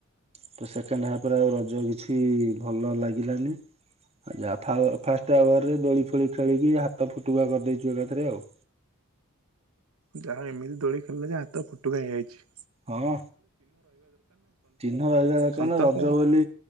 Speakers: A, on the right; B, on the right.
A: ତ ସେକେଣ୍ଡ ହାପ ରେ ଆଉ ରଜ କିଛି ଭଲ ଲାଗିଲାନି। ଆ ଯା ଫାଷ୍ଟ ଆୱରରେ ଦୋଳି ଫୋଳି ଖେଳିକି ହାତ ଫୁଟୁକା କରିଦେଇଚୁ ଏକାଥରେ ଆଉ।
B: ଯାହା ଏମିତି ଦୋଳି ଖେଳିଲା ହାତ ଫୁଟୁକା ହେଇଯାଇଚି।
A: ହଁ ଚିହ୍ନ ରହିବା ଦରକାର
B: ସନ୍ତାପ
A: ନା ରଜ ବୋଲି